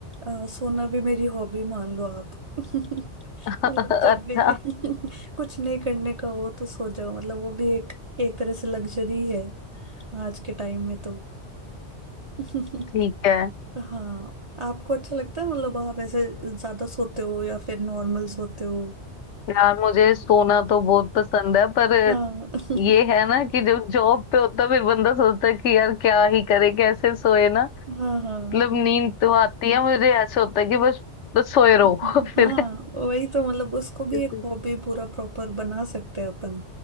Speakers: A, on the right (about 35°); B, on the left (about 80°).
A: अ, सोना भी मेरी हॉबी मान लो आप <laughs> मतलब
B: <laughs>
A: जब
B: अच्छा
A: भी <laughs> कुछ नहीं करने का हो तो सो जाओ मतलब वो भी एक एक तरह से लग्जरी है आज के टाइम में तो <laughs>
B: ठीक है
A: हाँ आपको अच्छा लगता है मतलब आप ऐसे ज्यादा सोते हो या फिर नॉर्मल सोते हो
B: यार मुझे सोना तो बहुत पसंद है पर
A: हाँ <laughs>
B: ये है ना कि जब जॉब पे होता फिर बंदा सोचता है कि यार क्या ही करे कैसे सोए ना
A: हाँ
B: मतलब
A: हाँ
B: नींद तो आती है मुझे ऐसा होता है कि बस बस सोए रहो
A: हम्म,
B: <laughs> फिर
A: हाँ वही तो मतलब उसको भी
B: इसलिए-
A: एक हॉबी पूरा प्रॉपर बना सकते हैं अपन